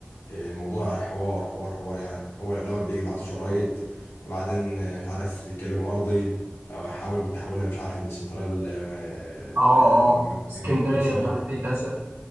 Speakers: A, on the left; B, on the right.
A: الموضوع حوار حوار حوار يعني هو الأول بيجي يبعتوا شرايط وبعدين آه، مش عارف تتكلموا أرضي أو يحاول بتحولها مش عارف من سنترال ال-
B: اه
A: المركزي
B: اه اسكندرية
A: للسنترال
B: مش عارف ايه كذا